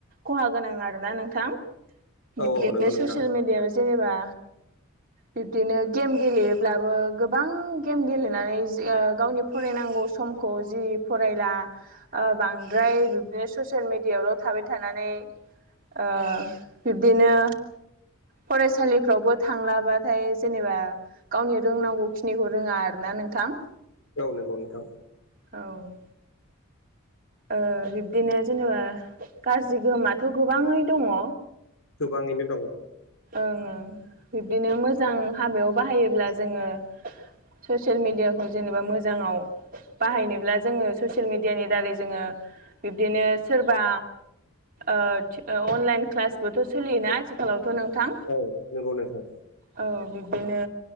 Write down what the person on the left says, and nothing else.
औ
औ नंगौ नोंथां
औ नंगौ नोंथां।
गोबाङैनो दं
औ नंगौ नोंथां।